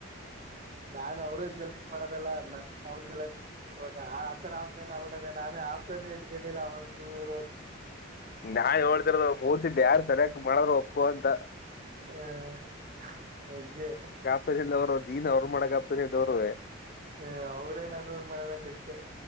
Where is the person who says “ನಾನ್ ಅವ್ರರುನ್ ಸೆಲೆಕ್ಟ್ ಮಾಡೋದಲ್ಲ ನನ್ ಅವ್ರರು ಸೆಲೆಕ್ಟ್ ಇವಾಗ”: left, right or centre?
Right